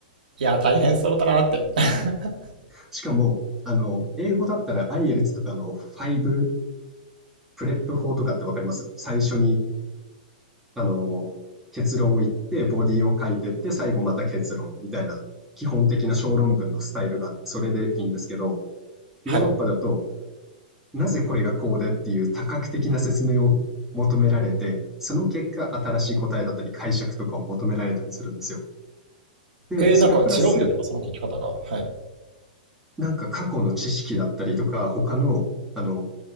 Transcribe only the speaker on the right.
いや、大変そうだなって。<laughs>
はい。
え、
なんか違うんですか、その書き方が。はい。